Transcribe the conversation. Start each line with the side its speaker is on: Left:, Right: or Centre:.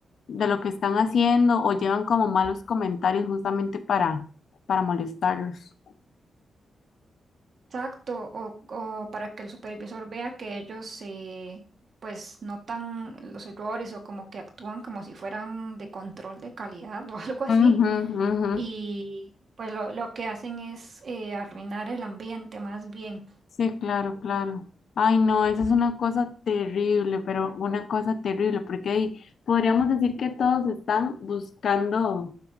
Left: de lo que están haciendo o llevan como malos comentarios justamente para, para molestarlos.
Right: Exacto, o, o para que el supervisor vea que ellos eh, pues notan los errores o como que actúan como si fueran de control de calidad <laughs> o algo así
Left: Ujú, ujú.
Right: y pues lo, lo que hacen es eh, arruinar el ambiente más bien.
Left: Sí, claro, claro. Ay, no, eso es una cosa terrible, pero una cosa terrible, porque ahí podríamos decir que todos están buscando